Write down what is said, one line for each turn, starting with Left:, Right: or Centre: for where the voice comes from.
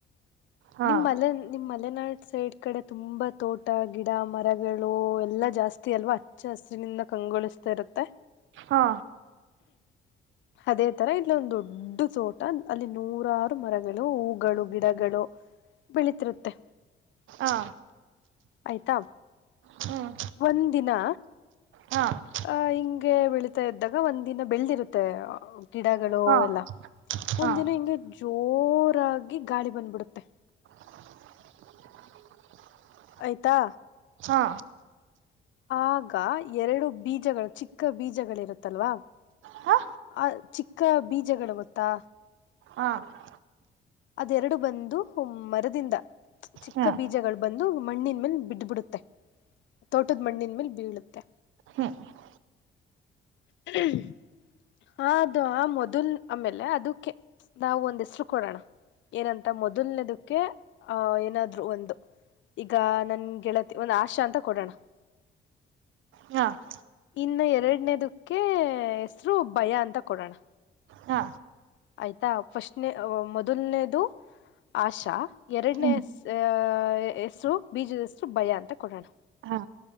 Right: ಹಾ
Left: ನಿಮ್ಮಲ್ಲ ನಿಮ್ಮ ಮಲೆನಾಡು ಸೈಡ್ ಕಡೆ ತುಂಬಾ ತೋಟ, ಗಿಡ ಮರಗಳು, ಎಲ್ಲ ಜಾಸ್ತಿ ಅಲ್ವಾ. ಹಚ್ಚ ಹಸಿರಿನಿಂದ ಕಂಗೊಳಿಸ್ತಾ ಇರುತ್ತೆ.
Right: ಹಾ,
Left: ಅದೇ ತರ ಇಲ್ಲೊಂದು ದೊಡ್ಡ ತೋಟ ಅಲ್ಲಿ ನೂರಾರು ಮರಗಳು, ಹೂಗಳು, ಗಿಡಗಳು. ಬೆಳಿತಿರುತ್ತೆ
Right: ಹಾ
Left: ಆಯ್ತಾ
Right: ಹ್ಮ್,
Left: ಒಂದ ದಿನಾ
Right: ಹಾ <inaudible>
Left: ಹಾ, ಹಿಂಗೆ ಬೆಳಿತಾ ಇದ್ದಾಗ ಒಂದ್ ದಿನ ಬೆಳದಿರುತ್ತೆ. ಗಿಡಗಳು
Right: ಹಾ
Left: ಎಲ್ಲಾ,
Right: ಹಾ
Left: ಒಂದಿನ ಹಿಂಗೆ ಜೋರಾಗಿ ಗಾಳಿ ಬಂದ್ಬಿಡುತ್ತೆ.
Right: <unintelligible>
Left: ಆಯ್ತಾ
Right: ಹಾ,
Left: ಆಗ ಎರಡು ಬೀಜಗಳು ಚಿಕ್ಕ ಚಿಕ್ಕ ಬೀಜಗಳಿರುತ್ತಲ್ವಾ
Right: ಹಾ
Left: ಆ ಚಿಕ್ಕ ಬೀಜಗಳು ಗೊತ್ತಾ
Right: ಹ್ಮ <inaudible>
Left: ಅದೆರಡು ಬಂದು ಮರದಿಂದ ಚಿಕ್ಕ
Right: ಹಾ
Left: ಬೀಜಗಳು ಬಂದು ಮಣ್ಣಿನ ಮೇಲೆ ಬಿದ್ದ ಬಿದ್ದಬಿಡತ್ತೆ. ತೋಟದ ಮಣ್ಣಿನ ಮೇಲೆ ಬೀಳುತ್ತೆ.
Right: ಹ್ಮ <inaudible>
Left: ಹ್ಮ <inaudible> ಹಾ, ಅದು ಆ ಮೊದಲ್ ಆಮೇಲೆ ಅದಕ್ಕೆ ನಾವು ಒಂದ್ ಹೆಸರು ಕೊಡೋಣ ಏನಂತ ಮೊದಲ್ನೇದಕ್ಕೆ. ಆ, ಏನಾದ್ರು ಒಂದು ಈಗ ನನ್ ಗೆಳತಿ ಒಂದ್ ಆಶಾ ಅಂತ ಕೊಡೋಣ.
Right: ಹಾ <inaudible>
Left: ಇನ್ನು ಎರಡನೇದಕ್ಕೆ ಹೆಸರು ಭಯ ಅಂತ ಕೊಡೋಣ.
Right: ಹಾ,
Left: ಆಯ್ತಾ ಫಸ್ಟ್ನ ಮೊದಲ್ನೇದು ಆಶಾ ಎರಡನೇ
Right: ಹ್ಮ್
Left: ಆಹ ಹೆಸರು ಬೀಜದ ಹೆಸರು ಸ್ಪಪ ಭಯಾ ಅಂತ ಕೊಡೋಣ
Right: ಹಾ